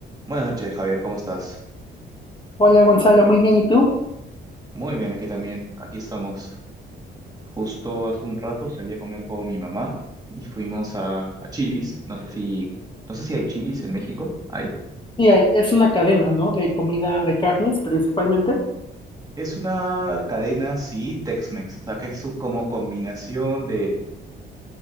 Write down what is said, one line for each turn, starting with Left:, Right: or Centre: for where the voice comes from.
Right: Buenas noches, Javier, ¿cómo estás?
Left: Hola Gonzalo, muy bien, ¿y tú?
Right: Muy bien, aquí también, aquí estamos. Justo hace un rato salí a comer con mi mamá y fuimos a, a Chili's. No sé si, no sé si hay Chili's en México. ¿Hay?
Left: Sí, hay- es una cadena, ¿no? De comida de carnes principalmente.
Right: Es una cadena, sí, Tex-Mex. O sea, que es su- como combinación de,